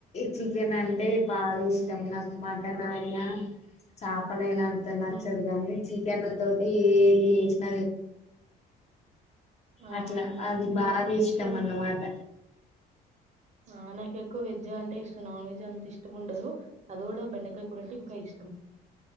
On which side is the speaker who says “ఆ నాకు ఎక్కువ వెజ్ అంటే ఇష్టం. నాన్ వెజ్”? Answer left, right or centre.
Right